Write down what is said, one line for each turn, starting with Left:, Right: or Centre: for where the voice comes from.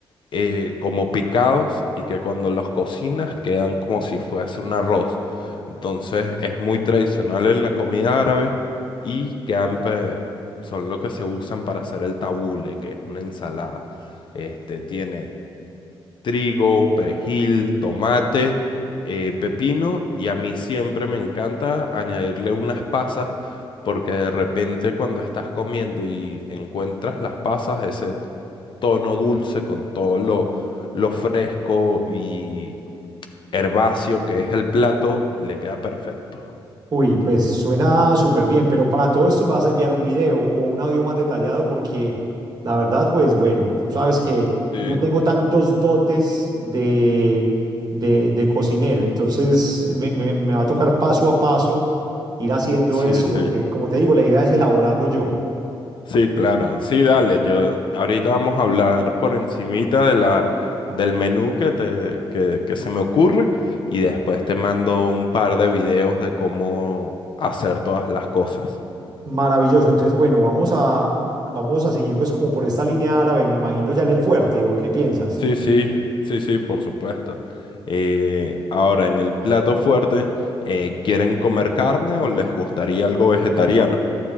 Left: eh, como picados y que cuando los cocinas quedan como si fuese un arroz. Entonces es muy tradicional en la comida árabe y quedan, pe- son lo que se usan para hacer el tabule, que es una ensalada. Este tiene trigo, perejil, tomate, eh, pepino y a mí siempre me encanta añadirle unas pasas. Porque de repente cuando estás comiendo y encuentras las pasas, ese tono dulce, con todo lo, lo fresco y herbáceo que es el plato, le queda perfecto.
Right: Uy, pues suena súper bien, pero para todo esto me vas a enviar un video o un audio más detallado porque la verdad, pues bueno, tú sabes que
Left: Sí,
Right: no tengo tantos dotes de, de, de cocinero, entonces me, me me va a tocar paso a paso ir haciendo
Left: sí,
Right: esto
Left: sí.
Right: porque, como te digo, la idea es elaborarlo yo.
Left: Sí, claro. Sí, dale. Yo ahorita vamos a hablar por encimita de la del menú que te que, que se me ocurre y después te mando un par de videos de cómo hacer todas las cosas.
Right: Maravilloso. Entonces, bueno, vamos a, vamos a seguir pues como por esta línea árabe, me imagino, ya en el fuerte, ¿o qué piensas?
Left: Sí, sí, sí, sí, por supuesto. Eh, ahora, en el plato fuerte, eh, ¿quieren comer carne o les gustaría algo vegetariano?